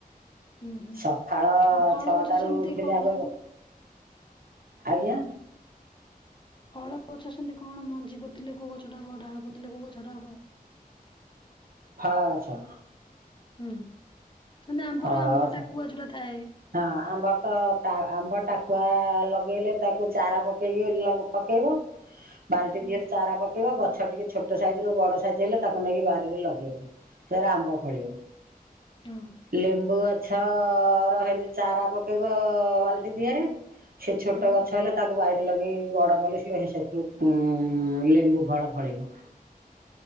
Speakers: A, on the left (about 30°); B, on the right (about 70°).
A: ଉଁ ହୁଁ
B: ସକାଳ
A: ଆଉ ଫଳ
B: ଛଅଟାରୁ
A: ଗଛ ସେମିତି
B: ଉଠିଲେ
A: କଣ
B: ଆଗ
A: ରହିବ?
B: ବ- ଆଜ୍ଞା।
A: ଫଳ ଗଛ ସେମିତି କଣ ମଞ୍ଜି ପୋତିଲେ କୋଉ ଗଛଟା ହବ ଡାଳ ପୋତିଲେ କୋଉ ଗଛଟା ହବ?
B: ଫଳ ଗଛ।
A: ହୁଁ ନା ଆମ୍ବର
B: ଫଳ
A: ଆମ୍ବ
B: ଗଛ
A: ଟାକୁଆ ଯୋଉଟା ଥାଏ।
B: ହଁ ଆମ୍ବ ତ ପା ଆମ୍ବ ଟାକୁଆ ଲଗେଇଲେ ତାକୁ ଚାରା ପକେଇକି ଲ ପକେଇବ ବାଲଟି
A: ହୁଁ
B: ଦିହରେ ଚାରା ପକେଇବ। ଗଛ ଟିକେ ଛୋଟ ସାଇଜ ରୁ ବଡ ସାଇଜ ହେଲେ ତାକୁ ନେଇକି ବାରିରେ ଲଗେଇବ ଫେରେ ଆମ୍ବ ଫଳିବ।
A: ଓହୋ।
B: ଲେମ୍ବୁ ଗଛ ରହିଲ ଚାରା ପକେଇବ ବାଲଟି ଦିହରେ ସେ ଛୋଟ
A: ହଁ
B: ଗଛ ହେଲେ ତାକୁ ବାରିରେ ଲଗେ ଇ ବଡ କଲେ ସ ସେଥିରୁ ଉଁ ଲେମ୍ବୁ ଫଳ ଫଳିବ।